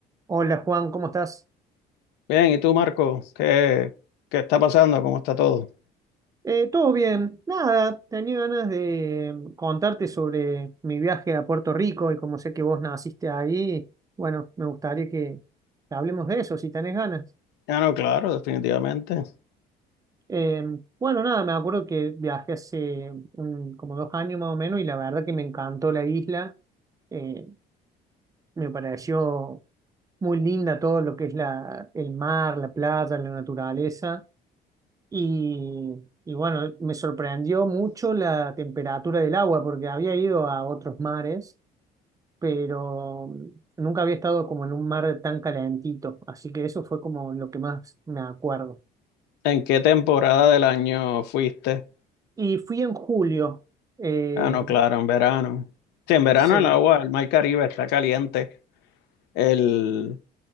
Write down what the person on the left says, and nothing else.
Bien, ¿y tú, Marco? ¿Qué, qué está pasando? ¿Cómo está todo?
Ah, no, claro, definitivamente.
¿En qué temporada del año fuiste?
Ah, no, claro, en verano. Sí, en verano
el agua, el mar Caribe está caliente. El,